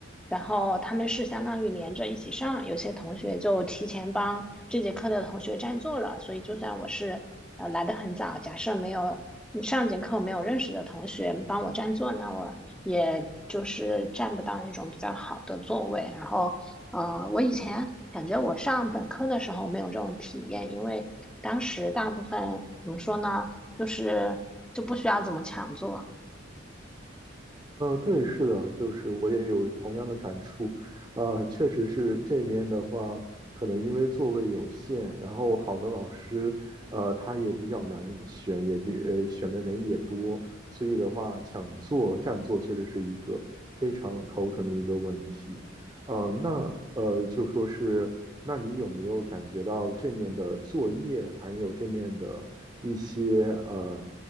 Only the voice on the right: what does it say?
呃，对，是的，就是我也有同样的感触，呃，确实是这边的话，可能因为座位有限，然后好的老师，呃，他也比较难选，也比呃选的人也多，所以的话，抢座占座确实是一个非常头疼的一个问题，呃，那呃就说是，那你有没有感觉到这面的作业，还有这面的一些呃